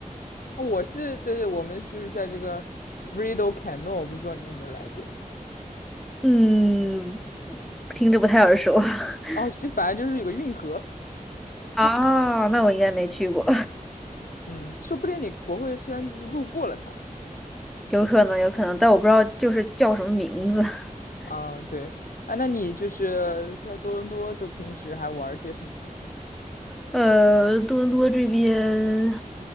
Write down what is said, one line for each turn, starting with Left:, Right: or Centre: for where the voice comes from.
Left: 我是对对，我们就是在这个 Rideau Canal，不知道你有没有来过？
Centre: 嗯，听着不太耳熟 <laughs>
Left: 啊，就反正就是有个运河。
Centre: 啊，那我应该没去过，
Left: 嗯，说不定你国会山就是路过了它。
Centre: <laughs> 有可能有可能，但我不知道就是叫什么名字。<laughs>
Left: 啊，对啊，那你就是在多伦多都平时还玩儿些什么呢？
Centre: 呃，多伦多这边